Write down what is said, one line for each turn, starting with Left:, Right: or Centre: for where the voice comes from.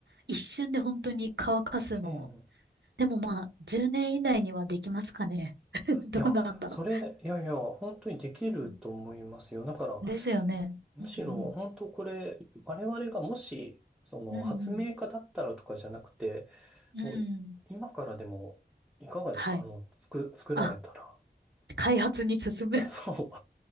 Right: 一瞬で本当に乾かすのを。
Centre: ええ。
Right: でもまあ、10年以内にはできますかね。<laughs> どうなんだろ
Centre: いや、それ、いやいや、本当にできると思いますよ。
Right: う。うん。
Centre: だから、
Right: ですよね。
Centre: むしろ、
Right: うんうん。
Centre: 本当これ、我々がもし、その、
Right: うんうん。
Centre: 発明家だったらとかじゃなくて、
Right: うん。
Centre: もう、今からでも、いかがですかあの、
Right: はい。
Centre: 作、作られたら。
Right: あ、開発に進む。
Centre: そ